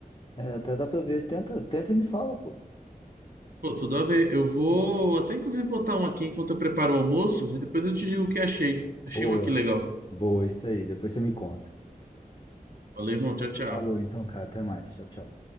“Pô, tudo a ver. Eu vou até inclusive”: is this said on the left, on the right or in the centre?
Right